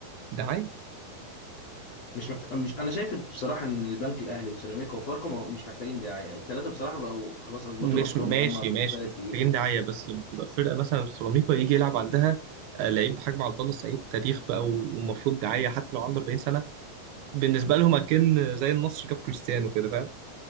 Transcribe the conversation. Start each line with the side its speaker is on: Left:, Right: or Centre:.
Right: دعايه
Left: مش محتاج مش انا شايف بصراحة ان البنك الاهلي وسيراميكا وفاركو ما- مش محتاجين دعاية التلاتة بصراحة بقوا خلاص اثبتوا
Right: مش
Left: نفسهم
Right: ماشي
Left: ان هم من
Right: ماشي
Left: الفرق التقيلة
Right: مش محتاجين
Left: و...
Right: دعايه بس لما تبقى فرقه مثلا سيراميكا يجي يلعب عندها آه، لعيب بحجم عبد الله السعيد تاريخ بقى ومفروض دعايه حتى لو عنده 40 سنه بالنسبه لهم اكن زي النصر جاب كريستيانو كده فاهم